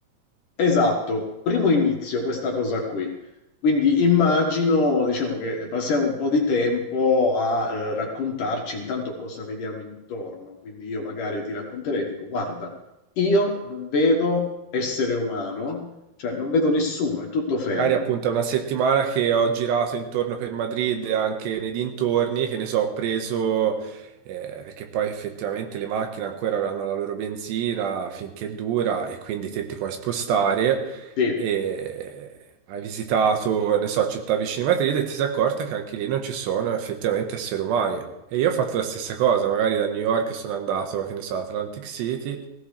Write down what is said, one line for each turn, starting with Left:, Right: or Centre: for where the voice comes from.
Left: esatto, primo inizio questa cosa qui. Quindi immagino, diciamo che passiamo un po' di tempo a, ehm, raccontarci intanto cosa vediamo intorno. Quindi io magari ti racconterei, dico: "Guarda, io non vedo essere umano, cioè non vedo nessuno, è tutto fermo".
Right: Magari appunto è una settimana che ho girato intorno per Madrid e anche nei dintorni, che ne so, ho preso, eh, perché poi effettivamente le macchine ancora avranno la loro benzina finché dura e quindi te ti puoi spostare.
Left: Sì,
Right: e hai visitato, ne so, città vicine a Madrid e ti sei accorta che anche lì non ci sono effettivamente esseri umani. E io ho fatto la stessa cosa, magari da New York sono andato, che ne so, ad Atlantic City